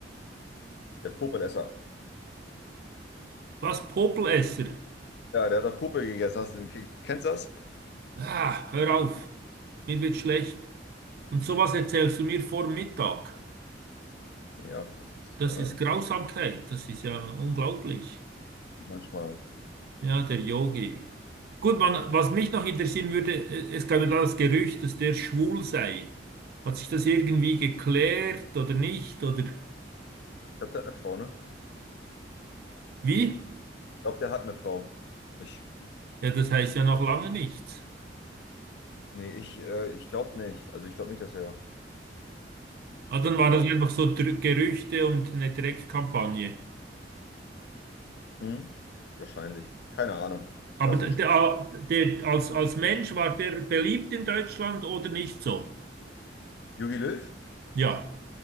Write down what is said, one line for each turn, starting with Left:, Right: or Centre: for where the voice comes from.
Left: der Popelesser.
Right: Was, Popelesser?
Left: Ja, der hat da Popel gegessen. Hast du, kennst du das?
Right: Ah, hör auf, mir wird schlecht. Und sowas erzählst du mir vor Mittag.
Left: Ja, das ist
Right: Das
Left: äh,
Right: ist Grausamkeit, das ist ja unglaublich.
Left: manchmal. Ich
Right: Ja, der Yogi. Gut, man, was mich noch interessieren würde, äh, es gab ja da das Gerücht, dass der schwul sei. Hat sich das irgendwie geklärt oder nicht? Oder?
Left: glaube, der hat eine Frau, ne?
Right: Wie?
Left: glaube, der hat eine Frau. Ich,
Right: Ja, das heißt ja noch lange nichts.
Left: nee, ich, äh, ich glaube nicht. Also ich glaube nicht, dass er.
Right: Ah, dann war
Left: Äh,
Right: das einfach so Dr Gerüchte und eine Dreckkampagne.
Left: hm? Wahrscheinlich. Keine Ahnung.
Right: Aber
Left: Lass
Right: d-
Left: den
Right: der,
Left: Schuh.
Right: der, als, als Mensch war der beliebt in Deutschland oder nicht so?
Left: Jogi Löw?
Right: Ja,